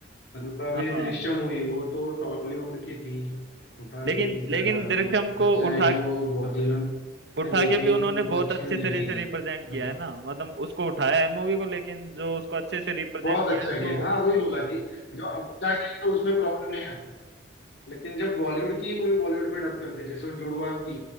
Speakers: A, on the left (about 75°); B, on the right (about 70°).
A: मतलब अब
B: हाँ
A: ये दृश्यम हुई वो तो टॉलीवुड की थी उठा
B: लेकिन
A: ली इधर
B: लेकिन
A: डाल
B: दृश्यम
A: दी
B: को
A: अच्छा
B: उठा
A: है कि वो बहुत दिनों ने
B: उठा
A: देखी
B: के भी
A: नहीं
B: उन्होंने
A: थी उनको
B: बहुत
A: अच्छी
B: अच्छे
A: भी
B: तरह
A: लगेगी
B: से रिप्रेजेंट
A: तो
B: किया है ना मतलब उसको उठाया है मूवी को लेकिन जो उसको अच्छे से रिप्रेजेंट
A: बहुत
B: किया
A: अच्छा
B: है तो
A: किया हाँ वही बोला कि जो अच्छा किया तो उसमें प्रॉब्लम नहीं आता है लेकिन जब बॉलीवुड की मूवी बॉलीवुड में डब करते हैं, जैसे वो जुड़वा की